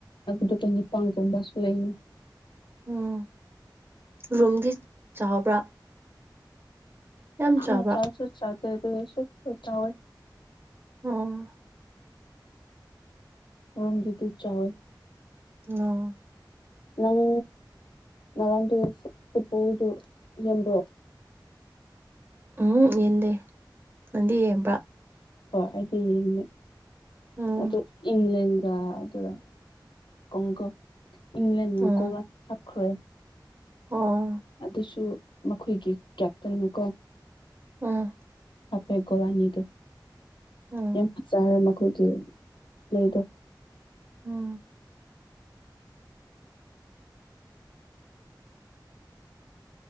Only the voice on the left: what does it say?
ꯑꯗꯨꯒ ꯇꯟꯅꯤ ꯄꯥꯡꯒꯨꯝꯕ ꯁꯨꯂꯩ
ꯌꯥꯝꯅ
ꯆꯥꯎꯁꯨ ꯆꯥꯎꯇꯦ ꯑꯗꯨꯑꯣꯏꯁꯨ ꯆꯥꯎꯑꯦ
ꯔꯨꯝꯗꯨꯇꯤ ꯆꯥꯎꯋꯦ
ꯅꯪ ꯉꯔꯥꯡꯗꯨ ꯐꯨꯠꯕꯣꯜꯗꯨ ꯌꯦꯡꯕ꯭ꯔꯣ
ꯍꯣꯏ ꯑꯩꯗꯤ ꯌꯦꯡꯉꯦ
ꯑꯗꯣ ꯏꯪꯂꯦꯟ ꯑ ꯑꯗꯨꯗ ꯀꯣꯡꯒꯣ ꯏꯪꯂꯦꯟꯅ
ꯒꯣꯜ ꯋꯥꯟ ꯍꯥꯞꯈ꯭ꯔꯦ
ꯑꯗꯨꯁꯨ ꯃꯈꯣꯏꯒꯤ ꯀꯦꯞꯇꯦꯟꯅ ꯀꯣ
ꯍꯥꯄꯦꯒꯣꯂꯅꯤꯗ
ꯌꯥꯝ ꯐꯖꯈꯔꯦ ꯃꯈꯣꯏꯒꯤ ꯄꯂꯦꯗꯣ